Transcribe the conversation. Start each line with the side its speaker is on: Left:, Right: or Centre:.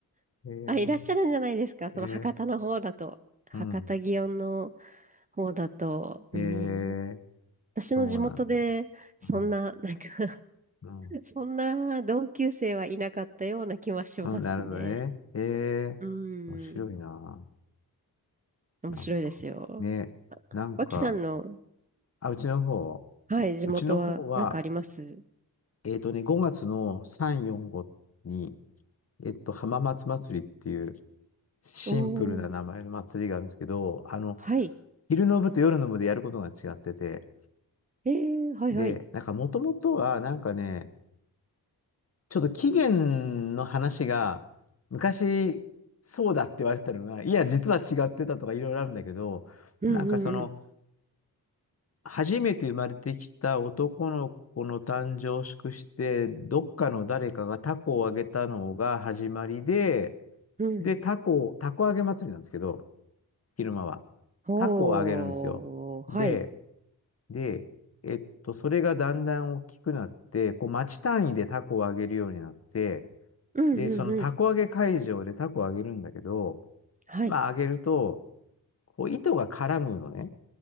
Left: へ
Right: あ、いらっしゃるんじゃないですか、その博多の方だと。
Left: え。へえ。
Right: 博多祇園の
Left: うん。
Right: 方だと、
Left: へえ。
Right: うん。私の地元で、
Left: そうなんだ。
Right: そんな、
Left: うん。
Right: なんか
Left: うん
Right: <laughs> そんな同級生はいなかったような気はしますね。
Left: うん、なるほどね。ええ面白いな。
Right: うん。面白いですよ。
Left: なんか、ね、なんか、
Right: 脇さんの
Left: あ、うちの方、
Right: はい、地元はなんかあります
Left: うちの方は、えっとね、5月の3、4、5に、えっと、浜松祭りっていうシンプルな名前の祭りがあるんですけど、
Right: おー、
Left: あの、
Right: はい。
Left: 昼の部と夜の部でやることが違ってて、
Right: えー、はいはい。
Left: で、なんか、もともとは、なんかね、ちょっと起源の話が、昔、そうだって言われてたのが、いや、実は違ってたとかいろいろあるんだけど、
Right: うんうん
Left: なんかその、初めて生まれてきた男の子の誕生を祝して、どっかの誰かがタコをあげたのが始まりで、
Right: うん。うん。
Left: で、タコ、タコあげ祭りなんですけど、昼間は。
Right: おー、
Left: タコをあげるんですよ。で、
Right: はい。
Left: で、えっと、それがだんだん大きくなって、こう、町単位でタコをあげるようになって、
Right: うんうんうん。
Left: で、そのタコあげ会場でタコをあげるんだけど、
Right: はい。
Left: まあ、あげると、こう、糸が絡むのね。